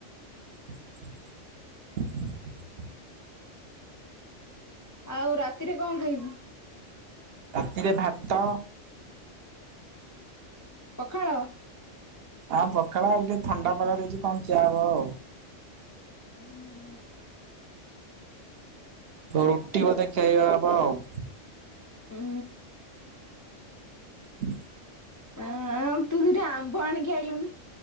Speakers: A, on the right (about 60°); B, on the left (about 25°).
A: ହ
B: ଆଉ ରାତିରେ କଁ ଖାଇବୁ?
A: ତିରେ ଭାତ
B: ପଖାଳ
A: ଆଁ ପଖାଳ ଆଉ ଟେ ଥଣ୍ଡା ପାଗ ଦେଇଚି କଣ ଚା ହବ ଆଉ।
B: ଉଁ
A: ରୁଟି ବୋଧେ ଖାଇବା ହବ ଆଉ।
B: ଉଁ।
A: ହୁଁ
B: <unintelligible> ଆମ୍ବ ଆଣିକି ଆଇଲୁନି?